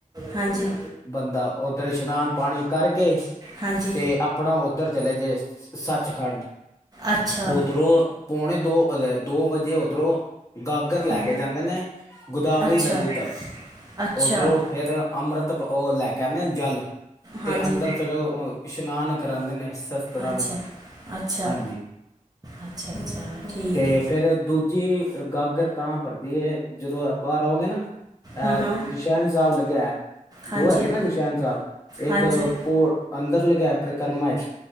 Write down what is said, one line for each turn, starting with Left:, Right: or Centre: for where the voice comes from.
Right: ਹਾਂਜੀ
Left: ਬੰਦਾ ਉੱਧਰ ਇਸ਼- ਇਸ਼ਨਾਨ ਪਾਣੀ ਕਰਕੇ
Right: ਹਾਂਜੀ
Left: ਤੇ ਆਪ ਆਪਣਾ ਉੱਧਰ ਚਲੇਜੇ ਸੱਚਖੰਡ
Right: ਅੱਛਾ
Left: ਉਧਰੋਂ ਪੋਣੇ ਦੋ ਇਹ ਦੋ ਵਜੇ ਉਧਰੋਂ ਗਾਗਰ ਲੈ
Right: ਹਮ,
Left: ਕੇ ਜਾਂਦੇ ਨੇ ਗੋਦਾਵਰੀ
Right: ਅੱਛਾ
Left: ਨਦੀ ਤਕ
Right: ਅੱਛਾ
Left: ਉਧਰੋਂ ਫਿਰ ਅੰਮ੍ਰਿਤ ਉਹ ਲੈ ਕੇ ਆਨੇ ਜੱਲ ਤੇ
Right: ਹਾਂਜੀ
Left: ਅੰਦਰ ਫਿਰ ਉਹ ਇਸ਼ਨਾਨ ਕਰਾਦੇ ਨੇ ਸਸ ਤਰਾਨੂੰ,
Right: ਅੱਛਾ ਅੱਛਾ
Left: ਹਾਂਜੀ,
Right: ਅੱਛਾ ਅੱਛਾ ਠੀਕ
Left: ਤੇ
Right: ਹੈ
Left: ਫਿਰ ਦੂ ਜੀ ਗਾਗਰ ਤਾਂ ਭਰਦੀ ਏ ਜਦੋਂ ਬਾਰ ਆਓ ਗੇ ਨਾ, ਐ
Right: ਹਾਂ ਹਾਂ
Left: ਨਿਸ਼ਾਨ ਸਾਹਿਬ ਲੱਗੇਆ ਹੋਐ
Right: ਹਾਂਜੀ
Left: ਦੋ ਹੈਗੇ ਨਾ ਨਿਸ਼ਾਨ ਇੱਕ
Right: ਹਾਂਜੀ
Left: ਪੋ ਅੰਦਰ ਲੱਗਿਆ ਪ੍ਰਿਕਰਮਾ ਚ।